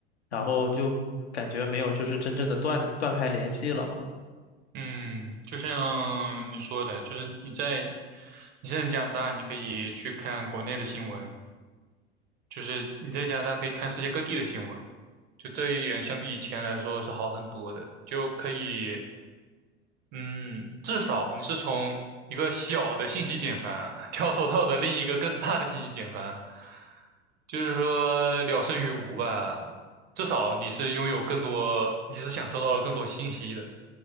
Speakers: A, on the left; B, on the right.
A: 然后就感觉没有就是真正的断断开联系了嘛。
B: 嗯，就像你说的，就是你在你在加拿大，你可以去看国内的新闻，就是你在加拿大可以看世界各地的新闻，就这一点相比以前来说是好很多的，就可以，嗯，至少你是从一个小的信息茧房 <laughs> 跳脱到的另一个更大的信息茧房，就是说了胜于无吧，至少你是拥有更多，你是享受到了更多信息的，